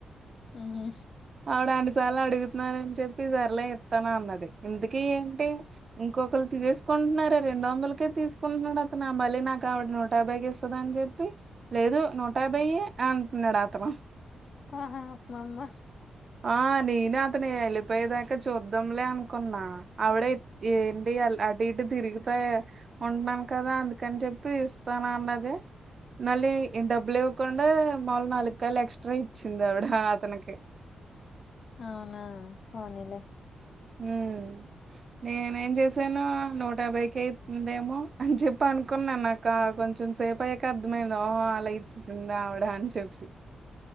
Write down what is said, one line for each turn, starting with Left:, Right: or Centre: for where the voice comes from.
Left: ఉహు
Right: ఆవిడ అన్నిసార్ల అడుగుతున్నానని చెప్పి సర్లే ఇస్తానన్నది ఇంతకి ఏంటి ఇంకొకరు తీేసుకుంటున్నారే రెండు వందలకే తీసుకుంటున్నాడు అతను నా బలే నాక్ కావిడ నూట యాభైకిస్తదని చెప్పి లేదు నూట యాభైే అంటున్నాడు ఆతను
Left: ఆహా అమామ్మా
Right: ఆ నీను అతను ఎలిపోయేదాక చుద్దమ్లే అన్ కున్నా ఆవిడ ఏంటి అటు ఇటు తిరిగితే ఉంటున్నాను కదా అందుకని చెప్ ప్పి ఇస్తనన్నది మళ్ళీ డబ్బులు ఇవ్వకుండా మాములు నాలుగు కాయలు ఎక్స్ట్రా ఇచ్చింది అవిడ అతనికి
Left: అవునా పోనీలే
Right: మ్ నేనే ఏం చేసాను నూట యాభైకి అవుతుందేమో అని చెప్పను అనుకున్నా నాక కొంచెం సేపు అయ్యాక అర్థమైంద ఓహో అలా ఇచ్చేసింద ఆవిడ అని చెప్పి